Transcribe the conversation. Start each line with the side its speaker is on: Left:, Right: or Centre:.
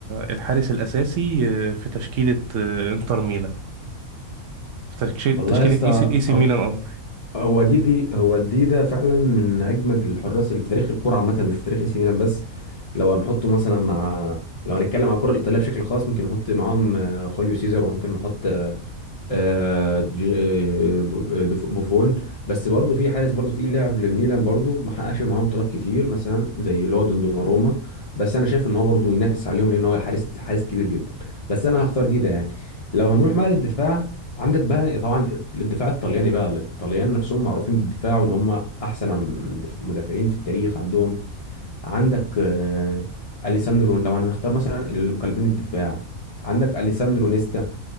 Right: الحارس الاساسي آه، في تشكيلة آه، انتر ميلان في تشكيلة
Left: والله
Right: تشكيلة
Left: يا اسطى
Right: اي سي إي سي
Left: هو
Right: ميلان قصدي
Left: هو دي دي هو دي ده فعلا من اجمد الحراس اللي في تاريخ الكرة عامة مش في تاريخ اي سي ميلان بس لو هنحطه مثلا مع لو هنتكلم على الكرة الإيطالية بشكل خاص ممكن نحط معاهم آه، خوليو سيزر وممكن نحط آه، آه، ج- آه، ب- آه، دف- بوفون بس برضه في حارس برضه تقيل لعب للميلان برضه ما حققش معاهم بطولات كتير مثلا زي اللي هو دوناروما بس انا شايف ان هو برضه ينافس عليهم لان هو حارس حارس كبير جدا بس انا هختار دي ده يعني لو هنروح بقى للدفاع عندك بقى طبعا الدفاع الطلياني بقى الطليان نفسهم معروفين بالدفاع وان هم احسن عن- دف- مدافعين في التاريخ عندهم عندك آه، اليساندرو لو هنختار مثلا القلبين الدفاع عندك اليساندرو نيستا